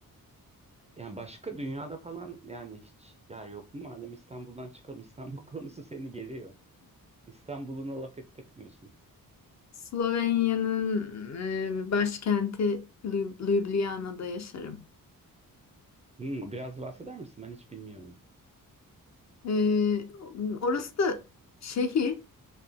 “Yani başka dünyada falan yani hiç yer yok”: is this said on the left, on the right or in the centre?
Right